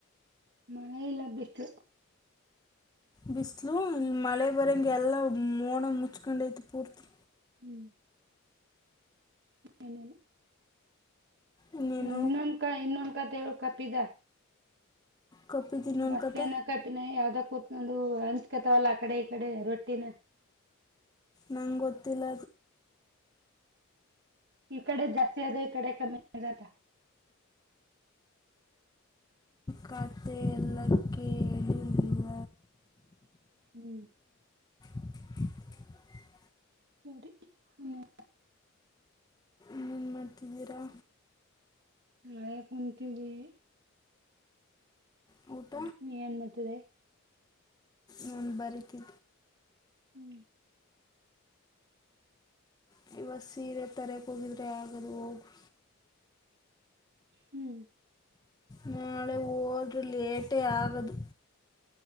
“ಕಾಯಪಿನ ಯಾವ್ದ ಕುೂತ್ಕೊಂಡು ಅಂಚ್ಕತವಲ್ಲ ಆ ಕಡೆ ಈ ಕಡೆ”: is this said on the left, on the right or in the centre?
Right